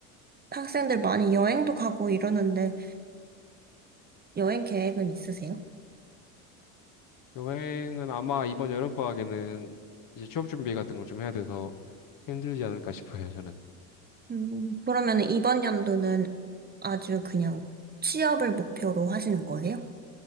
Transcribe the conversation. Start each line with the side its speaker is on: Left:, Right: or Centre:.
Right: 학생들 많이 여행도 가고 이러는데 여행 계획은 있으세요?
Left: 여행은 아마 이번 여름방학에는 이제 취업 준비 같은 걸 좀 해야 돼서 힘들지 않을까 싶어요, 저는.
Right: 음. 그러면은 이번 연도는 아주 그냥 취업을 목표로 하시는 거예요?